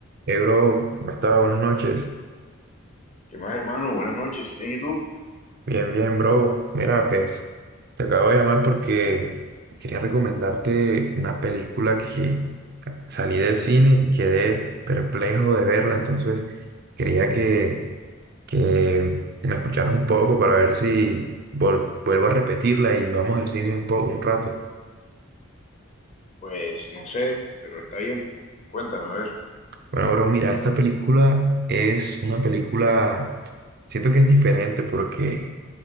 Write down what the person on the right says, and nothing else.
Hey, bro, ¿cómo estás? Buenas noches.
Bien, bien, bro. Mira, pues te acabo de llamar porque quería recomendarte una película que salí del cine y quedé perplejo de verla. Entonces quería que, que me escucharas un poco para ver si vol- vuelvo a repetirla y vamos al cine un, po- un rato.
Bueno, bro, mira, esta película es una película, siento que es diferente porque...